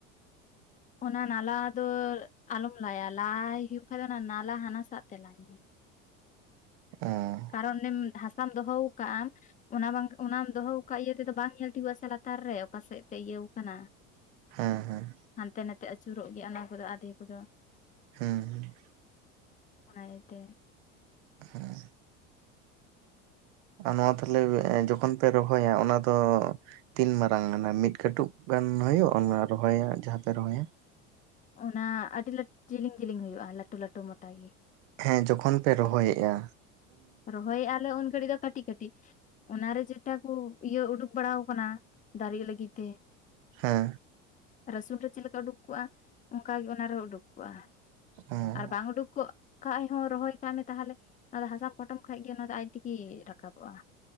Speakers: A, on the left; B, on the right.
A: ᱚᱱᱟ ᱱᱟᱞᱟ ᱫᱚ ᱟᱞᱚᱢ ᱞᱟᱭᱟ ᱞᱟᱟᱭ ᱦᱩᱭᱩᱜ ᱠᱷᱟ ᱫᱚ ᱚᱱᱟ ᱱᱟᱞᱟ ᱦᱟᱱᱟᱥ ᱛᱮ ᱞᱟᱭ ᱢᱮ᱾
B: ᱚᱸᱻ
A: ᱠᱟᱨᱚᱱᱮᱢ <unintelligible> ᱦᱟᱥᱟᱢ ᱫᱚᱦᱚ ᱠᱟᱼᱟᱢ᱾ ᱚᱱᱟ ᱵᱟᱝ ᱚᱱᱟᱢ ᱫᱚᱦᱚ ᱟᱠᱟᱫ ᱤᱭᱟᱹ ᱛᱮᱫᱚ ᱵᱟᱝ ᱧᱮᱞ ᱴᱷᱤᱠᱟᱹᱜ ᱟ ᱥᱮ ᱞᱟᱛᱟᱨ ᱨᱮ ᱚᱠᱟ ᱥᱮᱫ ᱛᱮ ᱤᱭᱟᱹᱣ ᱟᱠᱟᱱᱟ᱾
B: ᱦᱮᱸ ᱦᱮᱸ
A: ᱦᱟᱱᱛᱮ ᱱᱟᱛᱮ ᱟᱹᱪᱩᱨᱚᱜ ᱜᱮᱭᱟ ᱚᱱᱟ ᱠᱚᱫᱚ ᱟᱫᱷᱮ ᱠᱚᱫᱚ᱾
B: ᱦᱮᱸ
A: ᱚᱱᱟ ᱤᱭᱟᱹ ᱛᱮ
B: ᱦᱮᱸ <unintelligible> ᱟᱨ ᱱᱚᱣᱟ ᱛᱟᱦᱞᱮ ᱡᱚᱠᱷᱚᱱ ᱯᱮ ᱨᱚᱦᱚᱭᱟ ᱚᱱᱟ ᱫᱚ ᱼᱼ ᱛᱤᱱ ᱢᱟᱨᱟᱝ ᱜᱟᱱᱟ ᱢᱤᱫ ᱠᱟᱹᱴᱩᱵ ᱜᱟᱱ ᱦᱩᱭᱩᱜᱼᱟ ᱚᱱᱟ ᱨᱚᱦᱚᱭᱟ ᱡᱟᱦᱟᱸ ᱯᱮ ᱨᱚᱦᱚᱭᱟ?
A: ᱚᱱᱟ ᱟᱹᱰᱤ ᱞ <inaudible> ᱡᱮᱞᱮᱧ ᱡᱮᱞᱤᱧ ᱦᱩᱭᱩᱜᱼᱟ ᱞᱟᱹᱴᱩ ᱞᱟᱹᱴᱩ ᱢᱚᱴᱟ ᱜᱮ।
B: ᱦᱮᱸ ᱡᱚᱠᱷᱚᱱ ᱯᱮ ᱨᱚᱦᱚᱭᱮᱫ - ᱟ
A: ᱨᱚᱦᱚᱭᱮ ᱟᱞᱮ ᱩᱱ ᱜᱷᱟᱹᱲᱤᱡ ᱫᱚ ᱠᱟᱹᱴᱤᱡ ᱠᱟᱹᱴᱤᱡ᱾ ᱚᱱᱟᱨᱮ ᱡᱚᱛᱚᱠᱚ ᱤᱭᱟᱹ ᱩᱰᱩᱠ ᱵᱟᱲᱟᱣ ᱟᱠᱟᱱᱟ ᱫᱟᱨᱮᱜ ᱞᱟᱹᱜᱤᱫ ᱛᱮ᱾
B: ᱦᱮᱸ
A: ᱨᱟᱹᱥᱩᱱ ᱨᱮ ᱪᱮᱫ ᱞᱮᱠᱟ ᱩᱰᱩᱠ ᱠᱚᱜᱼᱟ ᱚᱱᱠᱟᱜ ᱜᱮ ᱚᱱᱟ ᱨᱮᱦᱚᱸ ᱩᱰᱩᱠ ᱠᱚᱜᱼᱟ।
B: ᱦᱮᱸ
A: ᱟᱨ ᱵᱟᱝ ᱩᱰᱩᱠ ᱠᱚᱚᱜ ᱠᱷᱟᱱ ᱦᱚᱸ ᱨᱚᱦᱚᱭ ᱠᱟᱜ ᱢᱮ ᱛᱟᱦᱚᱞᱮ ᱚᱱᱟ ᱫᱚ ᱦᱟᱸᱥᱟ ᱼᱼ ᱯᱚᱴᱚᱢ ᱠᱷᱟᱡ ᱜᱮ ᱚᱱᱟ ᱟᱡ ᱛᱮᱜᱮ ᱨᱟᱠᱟᱵᱚᱜᱼᱟ